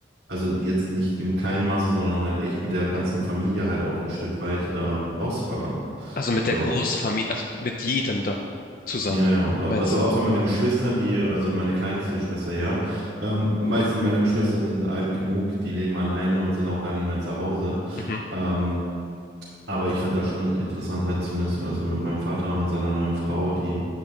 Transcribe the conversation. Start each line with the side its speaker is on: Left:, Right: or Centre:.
Right: also jetzt nicht im kleinen Maße, sondern halt echt mit der ganzen Familie halt auch ein Stück weit ähm, auszuwandern.
Left: Also mit der
Right: So,
Left: Großfamilie, also mit jedem dann zusammen,
Right: ja, ja. Au-
Left: meinst
Right: Also
Left: du?
Right: außer meine Geschwister, die, also meine kleinste Schwester, ja. Ähm, meisten meiner Geschwister sind alt genug, die leben alleine und sind auch gar nicht mehr zu Hause.
Left: Mhm.
Right: Ähm, Aber ich fand das schon interessant, halt zumindest also mit meinem Vater und seiner neuen Frau, die